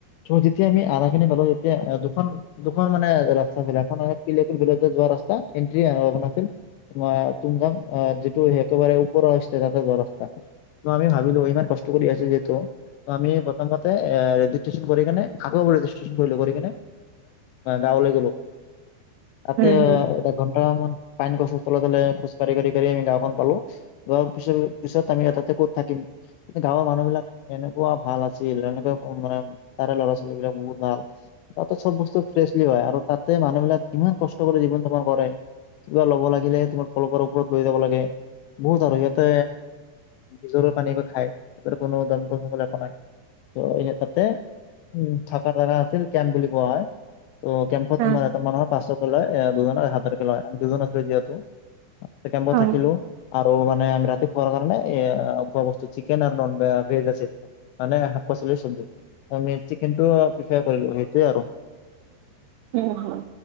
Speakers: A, on the left (about 85°); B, on the right (about 85°).
A: ত যেতিয়া আমি আধা খিনি পালো তেতিয়া দুখন দুখন মানে ৰাস্তা ঘ এখন পিলেকোল যোৱা ৰাস্তা এন্ট্ৰি আৰু এখন আছিল তুমা তুমজাং যিটো একেবাৰে ওপৰ <unintelligible> ত আমি ভাবিলো ইমান কষ্ট কষ্ট কৰি আছো যিহেতু আমি প্ৰথমতে এ ষ্টেচন কৰিকেনে আকৌ ৰেজিষ্ট্ৰেচন কৰিলো কৰি এইনে গাঁৱলৈ গলো। তাতে
B: উম
A: অ
B: উম
A: এক ঘন্টা মান পাইন গচৰ তলে তলে খোজ কাঢ়ি কাঢ়ি আমি গাওঁখন পালো গাৱৰ পিছ পিছত আমি এয়াতাতে ক'ত থাকিম গাঁৱৰ মানুহবিলাক এনেকুৱা ভাল আছিল এনেকুৱা মানে তাৰে ল'ৰা ছোৱালী বিলাক বহুত ভাল তাতে চব বস্তু ফ্ৰেচ লিয়া আৰু তাতে মানুহবিলাক ইমান কষ্ট কৰি জীৱন যাপন কৰে কিবা ল'ব লাগিলে তোমাৰ কলৰ ওপৰত লৈ যাব লাগে বহুত আৰু ইয়াতে নিজৰাৰ পানী বা খাই কোনো দমকন সমকল একো নাই। তো এনেতে উম থাকা জাগা আছিল কেম্প বুলি কোৱা হয়। ত কেম্পত তমাৰ
B: অ
A: এজন মানৰ পাঁচ শ কে লয়, দুজন দুজন আছিল যিহেতু, কেম্পত
B: অ
A: থাকিলো। আৰু মানে আমি ৰাতি খোৱাৰ কাৰণে এ খোৱা বস্তু চিকেন আৰু নন ভেজ আচিল। মানে শাক পাচলিৰ চবজি, আমি চিকেনটো প্ৰিফাৰ কৰিলো সেইটোৱে আৰু।
B: উম হুম।